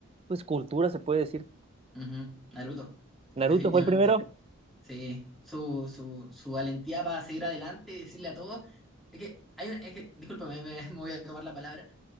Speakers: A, on the right; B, in the centre.
A: pues, cultura, se puede decir.
B: Ujú, Naruto, definitivamente.
A: ¿Naruto fue el primero?
B: Sí, su, su, su valentía para seguir adelante y decirle a todos, es que, hay, una- es que discúlpame, me, <laughs> me voy a tomar la palabra,